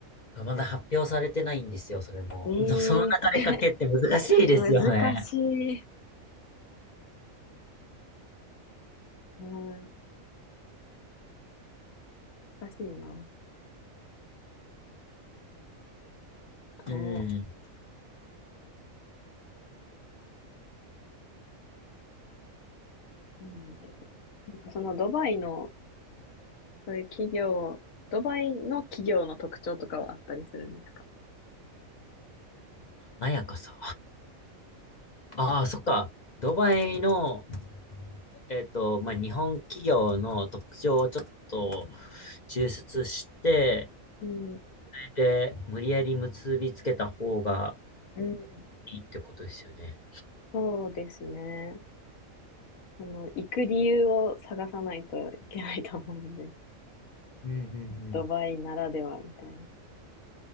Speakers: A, on the left; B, on the left.
A: まあまだ発表されてないんですよ、それも。
B: ええー
A: <laughs> のその中で書けって難しいですよね。
B: 難しい。うん、難しいな。どう
A: うん。
B: なんでしょう。なんかそのドバイの、そういう企業、ドバイの企業の特徴とかはあったりするんですか
A: 華やかさ。<laughs> ああ、そっか。ドバイの、えっと、まあ、日本企業の特徴をちょっと抽出して、
B: うん、
A: で、無理やり結びつけた方が
B: うん、
A: いいってことですよね。
B: そうですね。その、行く理由を探さないといけないと思うんで、
A: うんうんうん。
B: <laughs> ドバイならではみたいな。